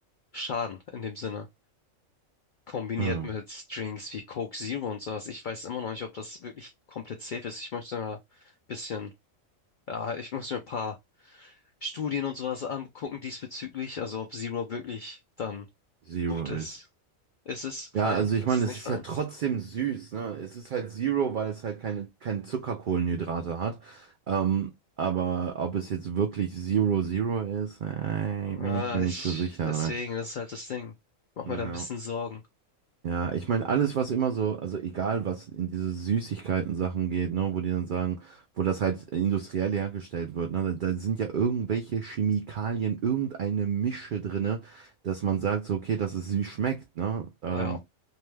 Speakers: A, on the left; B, on the right.
A: schaden in dem Sinne. Kombiniert
B: Ah.
A: mit Drinks wie Coke Zero und sowas. Ich weiß immer noch nicht, ob das wirklich komplett safe ist. Ich möchte mal ein bisschen, ja, ich muss mir ein paar Studien und sowas angucken diesbezüglich. Also ob Zero wirklich dann
B: Zero
A: gut ist.
B: ist.
A: Ist es fein?
B: Ja, also ich
A: Ist
B: meine,
A: es
B: es
A: nicht
B: ist
A: fein?
B: ja trotzdem süß, ne? Es ist halt Zero, weil es halt keine, keine Zuckerkohlenhydrate hat. Ähm, aber ob es jetzt wirklich Zero Zero ist, äh,
A: Ah,
B: bin ich mir nicht
A: ich,
B: so sicher.
A: deswegen, das ist halt das Ding. Mach
B: Ja.
A: mir da ein bisschen Sorgen.
B: Ja, ich meine, alles, was immer so, also egal, was in diese Süßigkeiten-Sachen geht, ne, wo die dann sagen, wo das halt industriell hergestellt wird, ne, da, da sind ja irgendwelche Chemikalien, irgendeine Mische drinne, dass man sagt, so, okay, dass es süß schmeckt, ne? Ähm,
A: Ja,